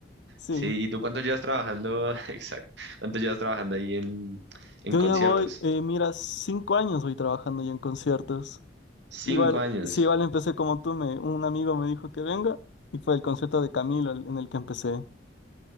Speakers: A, on the left; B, on the right.
A: Sí.
B: Sí, ¿y tú cuánto llevas trabajando? <laughs> Exacto. ¿Cuánto llevas trabajando ahí en, en
A: Yo
B: conciertos?
A: ya voy, eh, mira, cinco años voy trabajando ya en conciertos.
B: Cinco
A: Igual,
B: años.
A: sí, igual empecé como tú, me, un amigo me dijo que venga y fue el concierto de Camilo el- en el que empecé.